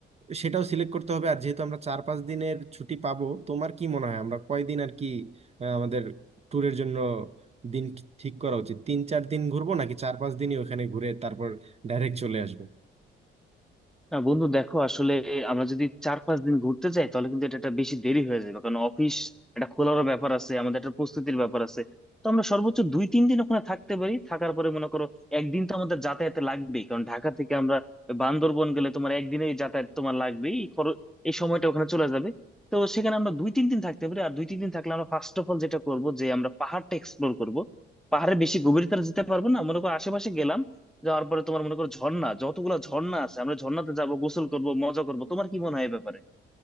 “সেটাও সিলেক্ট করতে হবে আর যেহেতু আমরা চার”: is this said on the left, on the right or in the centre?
Right